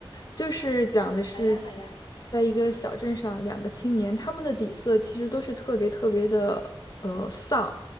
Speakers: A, on the left (about 45°); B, on the left (about 65°).
A: 就是讲的是，
B: 好呀，好呀。
A: 在一个小镇上，两个青年，他们的底色其实都是特别特别的，呃，丧。